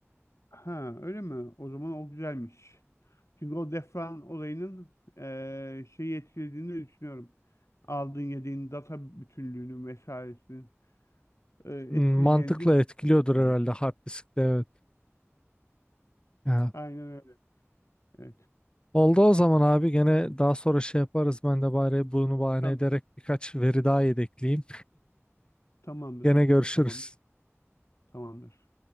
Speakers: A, on the left; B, on the left.
A: Ha öyle mi? O zaman o güzelmiş. Çünkü o defrag olayının eee, şeyi etkilediğini düşünüyorum. Aldığın yediğin data bütünlüğünün vesairesinin eee, etkileyeceğini
B: Hmm, Mantıkla
A: de düşünüyorum
B: etkiliyordur
A: yani.
B: herhalde hard diskte evet. Ya.
A: Aynen öyle. Evet.
B: Oldu o zaman abi gene daha sonra şey yaparız ben de bari bunu bahane
A: Tamam.
B: ederek birkaç veri daha yedekleyeyim.
A: Tamamdır.
B: Gene görüşürüz.
A: Tamamdır. Tamamdır.